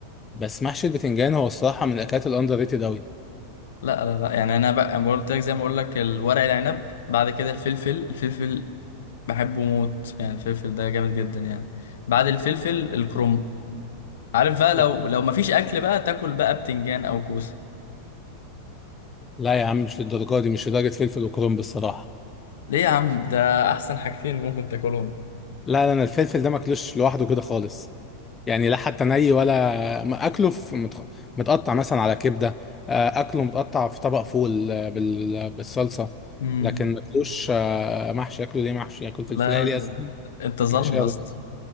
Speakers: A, on the left (about 20°); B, on the left (about 60°).
A: بس محشي البتنجان هو الصراحه من الاكلات الاندر ريتد قوي
B: لا لا لا يعني انا بقى أنا قلت لك زي ما اقول لك الورق العنب بعد كده الفلفل الفلفل بحبه موت يعني الفلفل ده جامد جدا يعني بعد الفلفل الكرنب عارف بقى
A: لا
B: لو لو مفيش اكل بقى تاكل بقى بتنجان او كوسه
A: لا يا عم مش للدرجه دي مش لدرجه فلفل وكرنب الصراحه
B: ليه يا عم ده احسن حاجتين ممكن تاكلهم
A: لا لا انا الفلفل ده ماكلوش لوحده كده خالص يعني لا حتى ني ولا ما اكله في متخ- متقطع مثلا على كبده آه، اكله متقطع في طبق فول آه، بال- بالصلصه
B: امم
A: لكن ماكلوش آه، محشي اكله ليه محشي اكل فلفلايه
B: لا يا راجل
A: ليه أساساً؟
B: انت ظالم
A: محشيه
B: يا
A: رز
B: اسطى